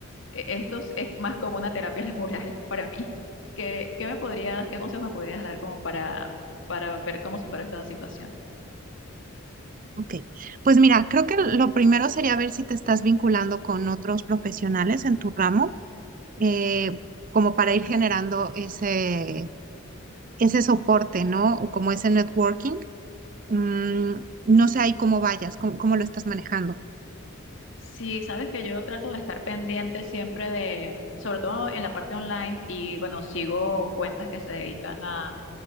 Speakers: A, on the left; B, on the right.
A: e- esto es es más como una terapia <laughs> laboral para mí. ¿Qué, qué me podrías, qué consejos me podrías dar como para, para ver cómo supero esta situación?
B: Ok. Pues mira, creo que lo primero sería ver si te estás vinculando con otros profesionales en tu ramo, eh, como para ir generando ese, ese soporte, ¿no? O como ese networking. Mm, no sé ahí cómo vayas, cómo, cómo lo estás manejando.
A: Sí, sabes que yo trato de estar pendiente siempre de, sobre todo en la parte online y bueno, sigo cuentas que se dedican a